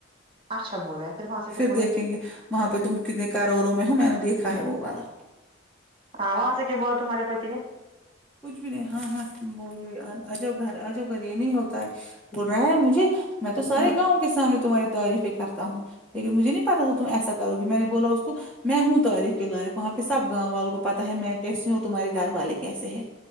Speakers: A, on the right; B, in the centre.
A: اچھا بولا ہے وہاں سے کیا
B: پھر
A: بولا
B: دیکھیں گے وہاں پہ تم کتنے کاروڑوں میں ہو میں نے دیکھا ہے وہ والا
A: ہاں وہاں سے کیا بولا تمہارے پتی نے
B: کچھ بھی نہیں ہاں ہاں وہ یہ آجاؤ گھر آجاؤ گھر یہ نہیں ہوتا ہے بول رہا ہے مجھے میں تو سارے
A: ہوں
B: گاؤں کے سامنے تمہاری تعریفیں کرتا ہوں لیکن مجھے نہیں پتا تھا تم ایسا کرو گی میں نے بولا اس کو میں ہوں تعاریف کے لائق وہاں پہ سب گاؤں والوں کو پتا ہے میں کیسی ہوں اور تمہارے گھر والے کیسے ہے